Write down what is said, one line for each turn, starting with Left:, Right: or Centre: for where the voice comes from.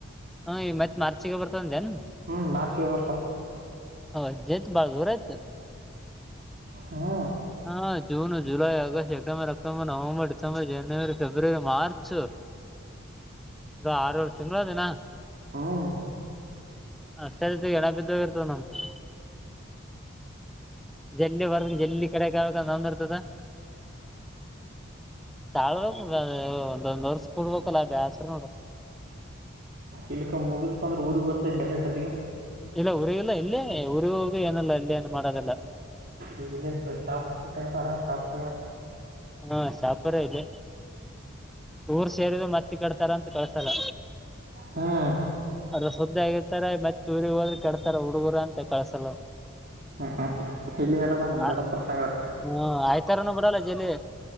Centre: ಹ್ಮ ಈ ಮತ್ ಮಾರ್ಚಿಗೆ ಬರ್ತಂದ ಏನ್
Right: ಹ್ಮ್ ಮಾರ್ಚ್ಗೆ ಬರ್ತಾವ
Centre: ಹೌ ಜತ ಬಳ ದೂರತ
Right: ಹಾ
Centre: ಹಾ June July August September October November December January February March ಅದು ಆರವರೆ ತಿಂಗಳು ಅದಿನ
Right: ಹ್ಮ್
Centre: ಅಷ್ಟ ಎಳ ಬಿದ್ದ ಇರ್ತವ ನಮ್ದು ಜಲ್ಲಿ ಬರ್ ಜಲ್ಲಿ ಕೆಡೆ ನಂದರ್ತದ ತಾಳ ಅ ಒಂದೊಂದ್ ವರ್ಷ ಕೂಡ್ಬೇಕಲ್ಲ ಬ್ಯಾಸ್ರ ನೋಡ್ರಿ
Right: ಇಲ್ಲಿಕ್ಕ ಮುಗರ್ತ ಅಂದ್ರೆ ಊರಿಗೆಗ್ ಬರ್ತಾ ಇಟರ್ನೆಟ್ತ್ತಿಗೆ
Centre: ಇಲ್ಲ ಊರಿಗಲ್ಲ ಇಲ್ಲೇ ಊರಿಗೆ ಹೋಗಿ ಏನಲ್ಲ ಇಲ್ಲ ಏನು ಮಾಡದೆಲ್ಲ
Right: ಇ ಾಪ್ ಆರ ಾಪ್
Centre: ಹ್ಮ ಶಾಪುರ ಇದೆ ಊರ್ ಸೇರಿದ ಮತ್ತಿ ಕಡ್ತಾರ ಅಂತ ಕಳ್ಸಲ್ಲ
Right: ಹ್ಮ್
Centre: ಅದ ಶುದ್ದ ಆಗಿರ್ತಾರೆ ಮತ್ತೆ ತುರಿ ಹೋದ ಕೆಡತಾರ ಹುಡುಗರು ಅಂತ ಕಳ್ಸಲು
Right: ಹ್ಮ್ ಹ್ಮ್ ಇಲ್ಲಿ ಅದದ ನಿಮ್
Centre: ಆ
Right: ದೊಡ್ಡಪ್ಪರ ಸಂಗಟ
Centre: ಹ್ಮ ಆಯ್ತಾರನ ಬಿರಲ್ಲ ಜಲಿ